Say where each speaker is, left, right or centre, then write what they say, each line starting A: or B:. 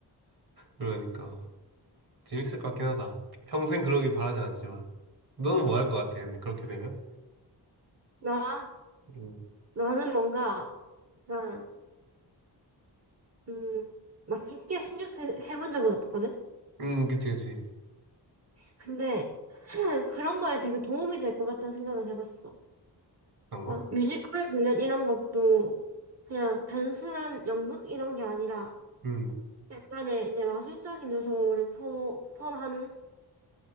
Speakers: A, on the right; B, on the right.
A: 그러니까. 재밌을 것 같긴 하다. 평생 그러길 바라진 않지만. 너는 뭐 할 것 같아, 근데, 그렇게 되면?
B: 나,
A: 음,
B: 나는 뭔가, 난, 음, 막 깊게 생각해본 적은 없거든?
A: 음, 그치, 그치.
B: 근데, <clears throat> 그런 거에 되게 도움이 될 것 같다는 생각은 해봤어.
A: 그런 거?
B: 막 뮤지컬 공연 이런 것도 그냥 단순한 연극 이런 게 아니라
A: 음,
B: 약간의 이제 마술적인 요소를 포, 포함하는